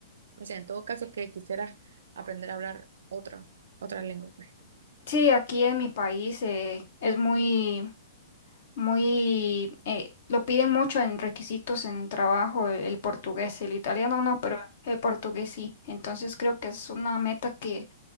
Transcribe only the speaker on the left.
Sí, aquí en mi país eh, es muy, muy, eh, lo piden mucho en requisitos en trabajo el, el portugués, el italiano no, pero el portugués sí. Entonces creo que es una meta que